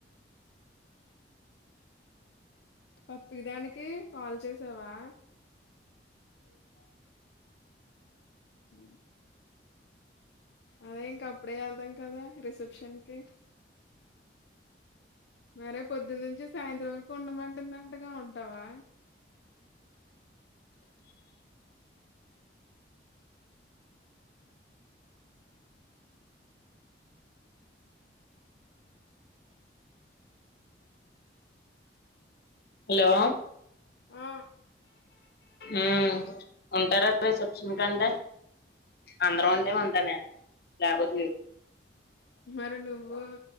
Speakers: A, on the left; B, on the left.
A: పప్పీ దానికి కాల్ చేసావా అ అదే ఇంక అప్పుడే ఎళ్తాం కదా రిసెప్షన్ కి మరే పొద్దునుంచి సాయంత్రం వరకు ఉండమంటుందంటగా ఉంటవా
B: హలో
A: ఆ
B: ఆ ఉంటారపేసి వచ్చిన కంటే అందరం ఉంటే ఉంటానే లేకపోతే లేదు
A: మరి నువ్వు